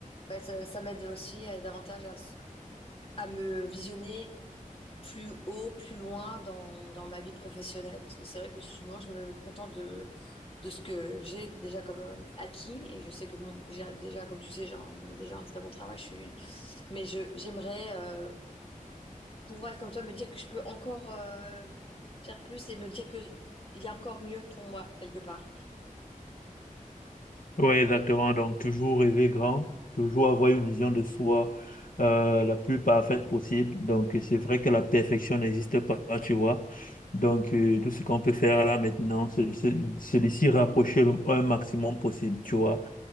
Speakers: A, on the left; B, on the left.
A: bah, ça, ça m'aide aussi euh, davantage à, s- à me visionner plus haut, plus loin dans, dans ma vie professionnelle. Parce que c'est vrai que souvent, je me contente de, de ce que j'ai déjà comme euh, acquis. Et je sais que bon, j'ai déjà, comme tu sais, j'ai un, bon, déjà un très bon travail. Je suis une- Mais je, j'aimerais euh, pouvoir être comme toi, me dire que je peux encore euh, faire plus et me dire que il y a encore mieux pour moi, quelque part.
B: Oui, exactement. Donc, toujours rêver grand, toujours avoir une vision de soi euh, la plus parfaite possible. Donc, c'est vrai que la perfection n'existe pas, tu vois. Donc, euh, tout ce qu'on peut faire là maintenant, c'est de se- c'est de s'y rapprocher le un maximum possible, tu vois.